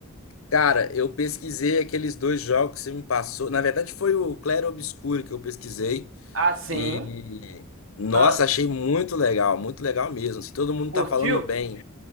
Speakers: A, on the left; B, on the right.
A: Cara, eu pesquisei aqueles dois jogos que você me passou. Na verdade, foi o Claro Obscuro que eu pesquisei.
B: Ah, sim.
A: E, nossa,
B: Ah,
A: achei muito legal, muito legal mesmo. Se todo mundo
B: curtiu?
A: tá falando bem